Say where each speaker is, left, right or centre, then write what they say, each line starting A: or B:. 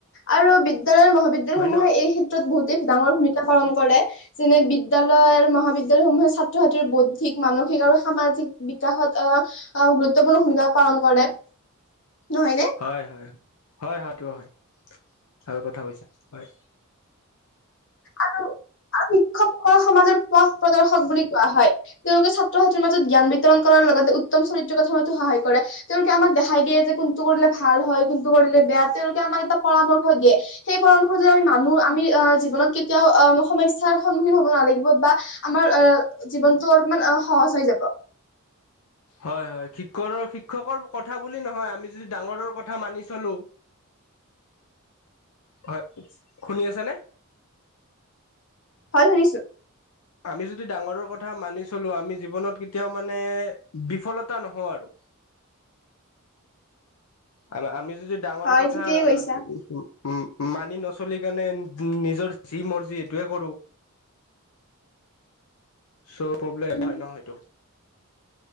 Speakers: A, on the left; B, on the left.
A: আৰু বি বিদ্যালয়, মহাবিদ্যালয়
B: হয়
A: সমূহে
B: ন
A: এই ক্ষেত্ৰত বহুতে ডাঙৰ ভূমিকা পালন কৰে যেনে, বিদ্যালয় আৰু মহাবিদ্যালয়সমূহে ছাত্ৰ ছাত্ৰীৰ বৌদ্ধিক, মানসিক আৰু সামাজিক বিকাশত আ, আ, গুৰুত্বপূৰ্ণ ভূমিকা পালন কৰে। নহয়নে?
B: হয় হয়। হয় হয়টো হয়, ভাল কথা কৈছা হয়।
A: আৰু আৰু শিক্ষক সমাজৰ শাস প্ৰদৰ্শক বুলি কোৱা হয়। তেওঁলোকে ছাত্ৰ ছাত্ৰীৰ মাজত জ্ঞান বিতৰণ কৰাৰ লগতে উত্তম চৰিত্ৰ গঠনতো সহায় কৰে। তেওঁলোকে আমাক দেখাই দিয়ে যে, কোনটো কৰিলে ভাল হয়, কোনটো কৰিলে বেয়া তেওঁলোকে আমাক এটা পৰামৰ্শ দিয়ে। সেই পৰামৰ্শ যদি আমি মানো আমি অ, জীৱনত কে তেওঁ অহ ম সমস্যাৰ সন্মুখীন হ'ব নালাগিব বা আমাৰ অ, জীৱনতটো অলপমান অ' সহজ হৈ যাব।
B: হয় হয় শিক্ষৰৰ শিক্ষকৰ কথা বুলি নহয় আমি যদি ডাঙৰৰ কথা মানি চলো। হয় শুনি আছানে?
A: হয় শুনিছোঁ।
B: আমি যদি ডাঙৰৰ কথা মানি চলো, আমি জীৱনত কেতিয়াও মানে বিফলতা নহওঁ আৰু। আৰু আমি যদি ডাঙৰ
A: হয়
B: কথা,
A: ঠিকেই কৈছা।
B: উম মানি নচলি কাৰণে নি-নিজৰ যি মৰ্জি এইটোৱে কৰো। চো প্ৰব্লেম
A: উম
B: নহয় ন' হেইটো।